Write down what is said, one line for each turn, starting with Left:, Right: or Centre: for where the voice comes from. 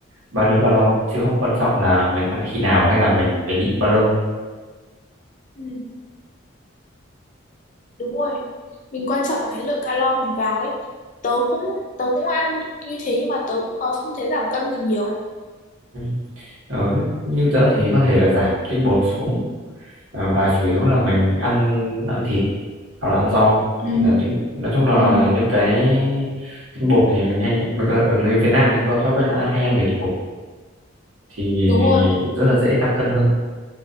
Right: bao nhiêu calo chứ không quan trọng là mình ăn khi nào hay là mình phải nhịn bao lâu
Left: ừ, đúng rồi. Mình quan trọng là cái lượng calo mình vào ấy. Tớ cũng tớ cũng ăn như thế nhưng mà tớ cũng có không thấy giảm cân gì nhiều.
Right: ừ. ờ, như như tớ thì có thể là giảm tinh bột xuống ờ, và chủ yếu là
Left: Ừ,
Right: mình ăn ăn thịt hoặc là ăn rau
Left: ừ,
Right: giảm tinh nói chung là
Left: ừ,
Right: những cái tinh bột thì mình hay mình có, ở người Việt Nam đấy có thói quen là hay ăn nhiều tinh bột thì
Left: đúng rồi.
Right: rất là dễ tăng cân hơn